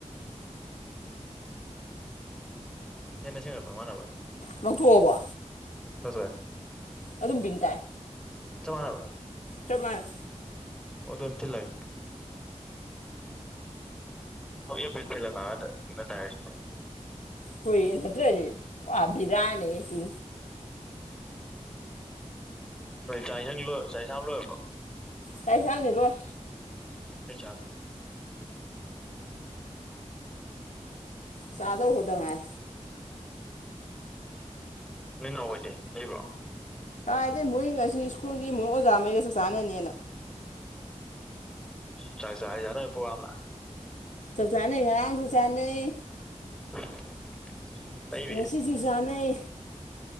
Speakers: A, in the centre; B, on the left.
A: ꯍꯦꯟꯅ ꯁꯦꯡꯒꯠ꯭ꯔ ꯃꯥꯟꯅꯕꯥ
B: ꯂꯧꯊꯣꯛꯑꯕ
A: ꯀꯆꯦ
B: ꯑꯗꯨꯝ ꯄꯤꯡ ꯇꯥꯏ
A: ꯆꯃꯅꯕ
B: ꯇꯃꯥꯡ
A: ꯑꯣ ꯑꯗꯨꯝ ꯊꯤꯜꯂꯥꯒꯦ ꯍꯣꯏ ꯌꯐꯁ ꯊꯤꯂꯪꯉꯥꯗ ꯄꯅ ꯇꯥꯏꯔꯁꯦ
B: ꯍꯨꯏꯌꯦ ꯅꯠꯇ꯭ꯔꯗꯤ ꯕꯤꯔꯌꯥꯅꯤꯁꯤ
A: ꯍꯣꯏ ꯆꯥꯛ ꯌꯦꯟꯁꯪ ꯂꯣꯏꯔ ꯆꯥꯛ ꯏꯟꯥꯡ ꯂꯣꯏꯔꯕꯣ
B: ꯀꯥꯏꯁꯪꯅꯤꯔꯣꯏ
A: ꯀꯩ ꯆ
B: ꯆꯥꯗꯧ ꯈꯛꯇ ꯉꯥꯏ
A: ꯅꯣꯏ ꯅꯥꯎ ꯑꯣꯏꯗꯦ ꯂꯩꯕ꯭ꯔꯣ
B: ꯀꯥꯏꯗꯒꯤ ꯃꯣꯏ ꯉꯁꯤ ꯁ꯭ꯀꯨꯜꯒꯤ ꯃꯣꯏ ꯑꯣꯖꯥꯉꯩꯗ ꯆꯥꯛ ꯆꯥꯅꯅꯦꯅ
A: ꯆꯥꯛ ꯆꯥ ꯍꯩꯖ ꯅꯕꯩ ꯄ꯭ꯔꯣꯒꯥꯝ ꯂ
B: ꯆꯥꯛ ꯆꯥꯅꯩ ꯉꯔꯥꯡꯁꯨ ꯆꯥꯅꯩ
A: <unintelligible> ꯂꯩꯔꯤ
B: ꯉꯁꯤꯁꯨ ꯆꯥꯅꯩ